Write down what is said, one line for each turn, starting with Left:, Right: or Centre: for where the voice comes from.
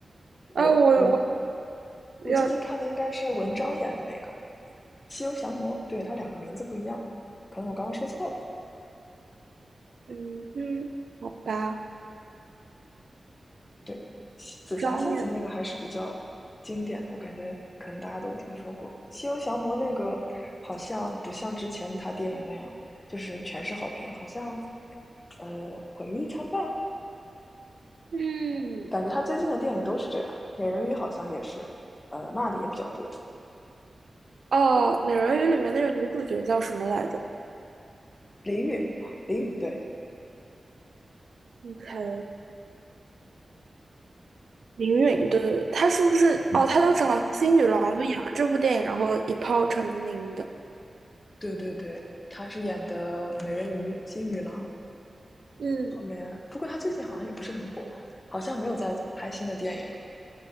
Left: 我我
Right: 啊，我我
Left: 我最近看的应该是文章演的那个。
Right: 要
Left: 西游降魔，对，它两个名字不一样，可能我刚刚说错了。
Right: 嗯嗯，好吧，
Left: 对，紫霞仙子那个还是比较经典的，
Right: 张也
Left: 我感觉可能大家都听说过。西游降魔那个好像不像之前他电影那样，就是全是好评，好像呃毁誉一参半，
Right: 嗯
Left: 感觉他最近的电影都是这样。美人鱼好像也是，呃骂的也比较多。
Right: 哦，《美人鱼》里面那个女主角叫什么来着
Left: 林允吧，林允对，
Right: ？OK，林允，对对对，她是不是？哦，她当时好像是新女郎，就演了这部电影，然后一炮成名的。
Left: 对对对，他是演的美人鱼、新女郎，
Right: 嗯，
Left: 后面，不过他最近好像也不是很火，好像没有在拍新的电影了。